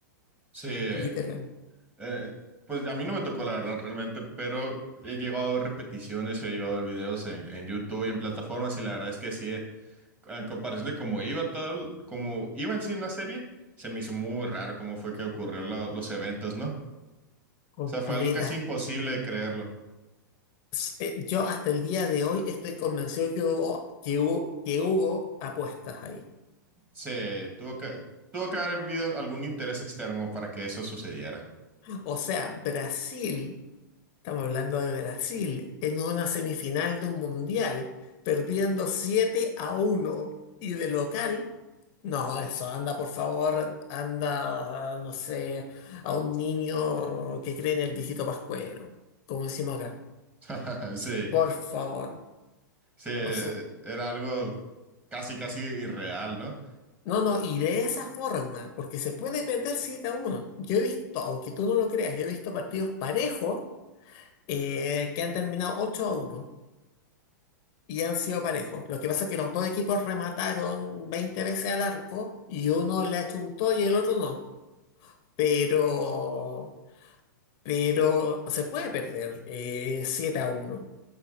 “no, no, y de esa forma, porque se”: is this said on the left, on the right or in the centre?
Left